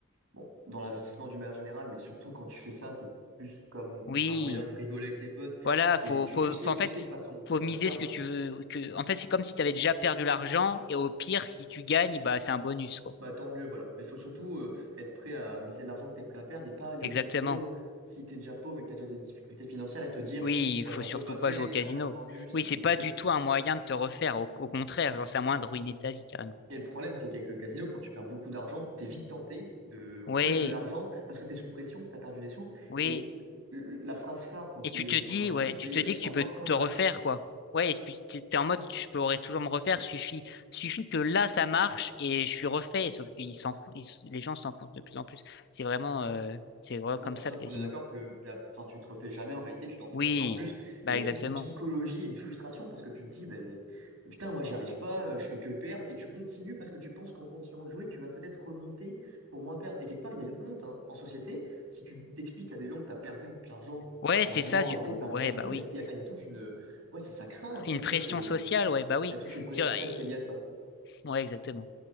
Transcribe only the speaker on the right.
Bon, dans l'investissement d'une manière générale, mais surtout quand tu fais ça, c'est plus comme
un moyen de rigoler avec tes potes.
C'est,
tu,
tu sais,
tu
sais de toute façon que
tu
vas perdre.
Bah, tant mieux, voilà. Mais il faut surtout euh, être prêt à miser de l'argent que tu es prêt à perdre et pas aller
au casino si tu es déjà pauvre et que tu as déjà des difficultés financières et te dire,
bah,
ça
peut passer
sur
un malentendu, c'est
ridicule.
Et le problème, c'est qu'avec le casino, quand tu perds beaucoup d'argent, t'es vite tenté de remettre
de l'argent parce que t'es sous pression, t'as perdu des sous.
Et l- la phrase phare quand t'es,
quand t'investis,
c'est
euh,
savoir
quand
s'arrêter.
Mais
Sauf,
sauf
qu'on est d'accord que la, enfin, tu te refais jamais en réalité, tu t'enfonces
encore plus.
Et il y a
toute une psychologie et une frustration parce que tu te dis, ben, putain, moi j'y arrive pas, euh, je fais que perdre. Et tu continues parce que tu penses qu'en continuant de jouer, tu vas peut-être remonter pour moins perdre. Et quelque part, il y a une honte hein, en société. Si tu t'expliques à des gens que tu as perdu de l'argent
en
jouant
des
paris
en ligne
et tout, il
y a, il y a, il y a toute une... Ouais, ça, ça craint un peu,
tu
vois, c'est...
Il y a toute une pression
sociale qui est liée à ça.